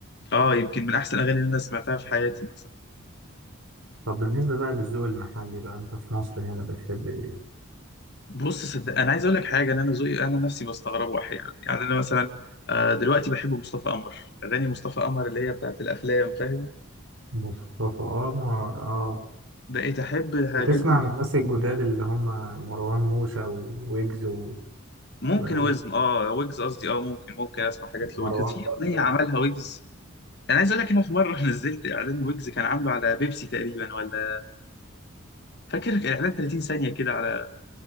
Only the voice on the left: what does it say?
اه يمكن من احسن الاغاني اللي انا سمعتها في حياتي مثلا
بص صدق انا عايز اقول لك حاجه ان انا ذوقي انا نفسي بستغربه احيانا يعني انا مثلا آه، دلوقتي بحب مصطفى قمر اغاني مصطفى قمر اللي هي بتاعت الافلام فاهم
بقيت احب الحاجات
دي بس
ممكن
وزم اه ويجز قصدي اه ممكن ممكن اسمع حاجات
لويجز في
اغنيه عملها ويجز انا عايز اقول لك انه في مره <laughs> نزلت اعلان ويجز كان عامله على بيبسي تقريبا ولا فاكر اعلان 30 ثانيه كده على